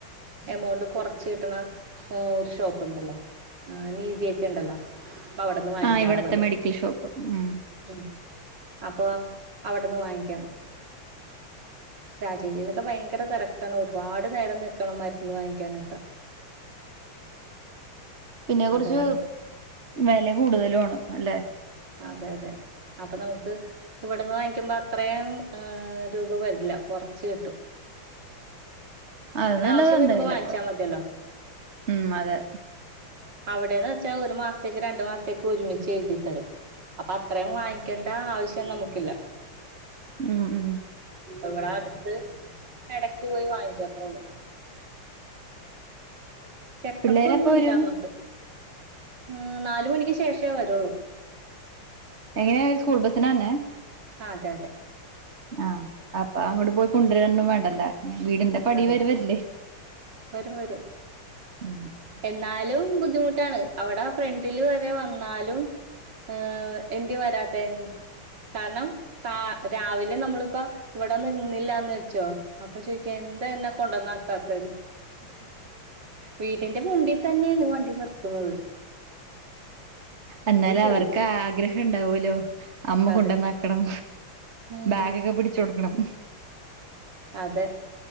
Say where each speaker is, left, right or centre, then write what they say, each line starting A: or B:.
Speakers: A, on the right (about 55°); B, on the right (about 35°).
A: എമൗണ്ട് കൊറ ക്ക്ട്ട്ണ ഹ് ഒരു ഷോപ്പ് ഇണ്ടല്ലോ അഹ് നീതി ഒക്കെ ഇണ്ടല്ലോ അപ്പ അവടന്ന് വാങ്ങിക്കാറ
B: ആ ഇവിടത്തെ
A: പതിവ്
B: മെഡിക്കൽ ഷോപ്പ് ഉം
A: മ് അപ്പൊ അവട്ന്ന് വാങ്ങിക്കാം രാജീവീലൊക്കെ ഭയങ്കര തെരക്കാണ് ഒരുപാട് നേരം നിക്കണം മരുന്ന് വാങ്ങിക്കാനൊക്കെ
B: പിന്നെ കൊറച്ച്
A: അത് കാരണം
B: വെല കൂടുതലുആണ് അല്ലെ
A: അതെ അതെ അപ്പ നമുക്ക് ഇവിടന്ന് വാങ്ങിക്കുമ്പോ അത്രേം ഹ് രൂപ വരില്ല കൊറച്ച് കിട്ടും
B: അത്
A: പിന്നെ
B: നല്ലത
A: ആവശ്യം
B: എന്തായാലപ്പൊ
A: വരുമ്പോ വാങ്ങിച്ചാ മതിയല്ലോ
B: ഉം അതെ
A: അവടെന്ന് വെച്ചാ ഒരു മാസ്ത്തേക്ക് രണ്ട് മാസ്ത്തേക്ക് ഒരുമിച്ച് എഴുതിത്തരും അപ്പ അത്രേം വാങ്ങിക്കേണ്ട ആവിശ്യം നമുക്കില്ല
B: ഉം ഉം
A: ഇവടെ അട്ത്ത് എടക്ക് പോയി വാങ്ങിക്കും അത്രേ ഒള്ളൂ ചെക്കപ്പൊന്നും
B: പിള്ളേരെപ്പ വരും
A: ഇല്ല നമ്മക്ക് ഹ് നാല് മണിക്ക് ശേഷെ വെരൊള്ളൂ
B: എങ്ങനെ അവര് സ്കൂൾ ബസ്സിനാന്നെ
A: ആഹ് അതെ അതെ
B: ആഹ് ആപ്പാ അങ്ങോട്ട് പോയി കൊണ്ടരന്നും വേണ്ടല്ല വീടിന്റെ പടി
A: അതെ
B: വരേ വര്ല്ലേ
A: വരും വരും
B: ഉം
A: എന്നാലും ബുദ്ധിമുട്ടാണ് അവടെ ഫ്രണ്ടില് വരെ വന്നാലും ഉം എന്ത്യെ വരാത്തെ കാരണം താ രാവിലെ നമ്മള്പ്പോ ഇവടെ നിന്നിലാന്ന് വെച്ചോ അപ്പ ചോ എന്താ ഇന്നെ കൊണ്ടന്നാക്കാത്ത്ന്ന് വീടിന്റെ മുമ്പി തന്നേണ് വണ്ടി നിർത്ത്ന്നത്
B: എന്നാലും
A: ചോദിക്കും
B: അവർക്ക് ആഗ്രഹം ഇണ്ടാവൊലോ അമ്മ
A: അതെ
B: കൊണ്ടന്നാക്കണം
A: ഉം
B: ബാഗൊക്കെ പിടിച്ച് ഒടുക്കണം
A: അതെ